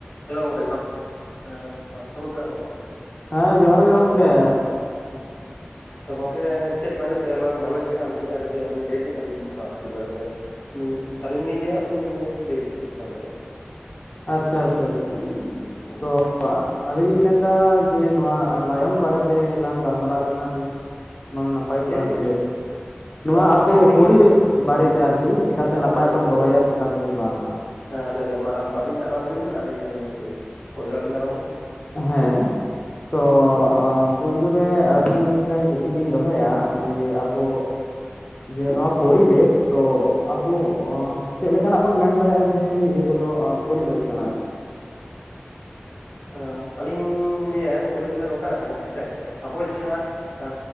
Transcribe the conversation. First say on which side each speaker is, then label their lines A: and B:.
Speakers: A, on the left (about 65°); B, on the left (about 35°).
A: Hello ᱜᱚᱢᱠᱮ ᱡᱚᱦᱟᱨ ᱜᱮ ᱦᱮᱸ ᱥᱟᱹᱜᱩᱱ ᱥᱮᱛᱟᱜ ᱜᱚᱢᱠᱮ᱾
B: ᱦᱮᱸ ᱡᱚᱦᱟᱨ ᱜᱮ ᱜᱚᱝᱠᱮ᱾
A: <unintelligible> ᱛᱚ ᱜᱚᱝᱠᱮ ᱪᱮᱫ ᱵᱟᱨᱮ ᱛᱮ ᱟᱞᱟᱝ ᱜᱟᱞᱚᱪ ᱞᱮᱠᱷᱟᱱ ᱵᱷᱟᱜᱤᱜᱼᱟ ᱠᱟᱹᱴᱤᱡ ᱟᱹᱵᱤᱱ ᱞᱟᱹᱭ ᱵᱤᱱ ᱟᱹᱞᱤᱧ ᱚᱱᱟ ᱴᱚᱯᱤᱠ ᱵᱟᱨᱮᱛᱮ ᱟᱹᱞᱤᱧ ᱦᱚᱸ ᱞᱤᱧ ᱞᱟᱹᱭᱟ ᱟᱹᱵᱤᱱ ᱦᱚᱸᱵᱤᱱ ᱞᱟᱹᱭᱟ ᱞᱟᱹᱭ ᱵᱤᱱ ᱪᱮᱫ ᱵᱟᱨᱮᱛᱮ?
B: ᱟᱪᱪᱷᱟ ᱟᱪᱪᱷᱟ ᱟᱪᱪᱷᱟ᱾ ᱛᱚ ᱟᱹᱞᱤᱧ ᱞᱤᱧ ᱢᱮᱱᱫᱟ ᱡᱮ ᱱᱚᱣᱟ ᱞᱟᱭᱚᱝ ᱵᱟᱨᱮᱛᱮ ᱞᱟᱝ ᱜᱟᱞᱢᱟᱨᱟᱣ ᱞᱮᱠᱷᱟᱱ ᱢᱟᱝ ᱱᱟᱯᱟᱭ
A: ᱪᱮᱫ
B: ᱠᱚᱜ ᱟ
A: ᱪᱮᱫ
B: ᱡᱮ ᱱᱚᱣᱟ
A: ᱢᱟ
B: ᱟᱵᱚ
A: ᱪᱮᱫ ᱵᱤᱱ ᱞᱟᱹᱭ
B: ᱯᱚᱨᱤᱵᱮᱥ
A: ᱠᱮᱜᱼᱟ
B: ᱵᱟᱨᱮᱛᱮ ᱟᱨᱠᱤ ᱪᱤᱠᱟᱹᱛᱮ ᱱᱟᱯᱟᱭ
A: ᱟᱪᱪᱷᱟ ᱟᱪᱪᱷᱟ
B: ᱵᱚᱱ
A: ᱟᱪᱪᱷᱟ
B: ᱫᱚᱦᱚᱭᱟ
A: ᱟᱪᱪᱷᱟ
B: ᱪᱤᱠᱟᱹᱛᱮ ᱵᱟᱝ ᱟᱨᱠᱤ
A: ᱦᱮᱸ ᱟᱪᱷᱟ ᱟᱪᱷᱟ ᱢᱟ ᱟ. ᱵᱤᱱ ᱟᱨᱟᱢᱵᱚᱭ ᱵᱤᱱ ᱟᱞᱤᱧ ᱞᱤᱧ ᱞᱟᱹᱭᱟ ᱯᱳᱭᱞᱳ ᱟᱵᱤᱱ ᱟᱨᱚᱢᱵᱚᱭ ᱵᱤᱱ
B: ᱦᱮᱸ ᱛᱚ ᱮ ᱯᱩᱭᱞᱩ ᱨᱮ ᱟᱹᱵᱤᱱ ᱴᱷᱮᱱ ᱠᱩᱠᱞᱤ ᱞᱤᱧ ᱫᱚᱦᱚᱭᱟ ᱡᱮ ᱟᱵᱚ ᱡᱮ ᱱᱚᱣᱟ ᱯᱚᱨᱤᱵᱮᱥ ᱛᱚ ᱟᱵᱚ ᱪᱮᱫ ᱞᱮᱠᱟᱱᱟᱜ ᱵᱚᱱ ᱢᱮᱱ ᱫᱟᱲᱮᱭᱟᱜᱼᱟ ᱡᱮ ᱱᱤᱭᱟᱹ ᱠᱚᱫᱚ ᱮ ᱯᱚᱨᱤᱵᱮᱥ ᱠᱟᱱᱟ ᱟᱨᱠᱤ
A: ᱮᱸ ᱟᱹᱞᱤᱧ ᱞᱟᱹᱭᱟ ᱯᱚᱨᱤᱵᱮᱥ ᱫᱚ ᱱᱚᱝᱠᱟᱱᱟᱜ ᱠᱟᱱᱟ ᱦᱮᱸᱥᱮ ᱟᱵᱚ ᱡᱟᱦᱟᱸ ᱮ